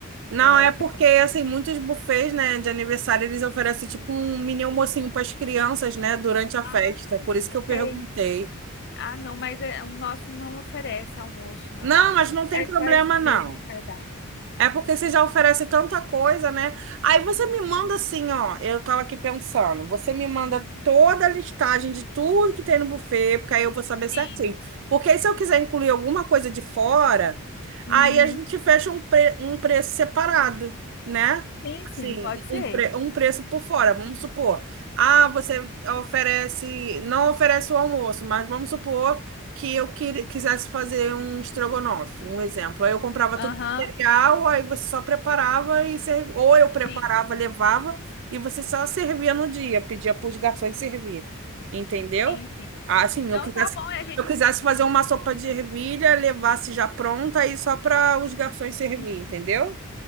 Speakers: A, on the right; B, on the left.
A: Não,
B: é,
A: é
B: pri-
A: porque, assim, muitos buffets, né, de aniversário, eles oferecem, tipo, um mini almocinho para as crianças, né, durante a
B: Ah,
A: festa. Por isso que eu perguntei.
B: sei. Ah, não, mas é, o nosso não oferece almoço, não.
A: Não, mas não tem
B: É
A: problema,
B: só esses
A: não.
B: mesmo do cardápio.
A: É porque você já oferece tanta coisa, né? Aí você me
B: Sim.
A: manda assim, ó. Eu tava aqui pensando. Você me manda
B: Hum,
A: toda a listagem de tudo que tem no buffet, porque aí eu vou saber certinho.
B: Sim.
A: Porque aí se eu quiser incluir alguma coisa de fora,
B: Uhum.
A: aí a gente fecha um, pre- um preço separado, né?
B: Sim, sim,
A: Assim,
B: pode ser.
A: um, pre- um preço por fora. Vamos supor. Ah, você oferece. Não oferece o almoço, mas vamos supor que eu queira- quisesse fazer um estrogonofe, um exemplo. Aí eu comprava
B: Aham.
A: cereal, aí você só preparava e servia. Ou eu preparava,
B: Sim,
A: levava, e você só servia no dia, pedia para os garçons servir. Entendeu?
B: sim, sim.
A: Assim,
B: Não,
A: eu quisesse,
B: tá bom,
A: se
B: é a gente.
A: eu quisesse fazer uma sopa de ervilha, levasse já pronta aí só para os garçons servir,
B: Uhum.
A: entendeu?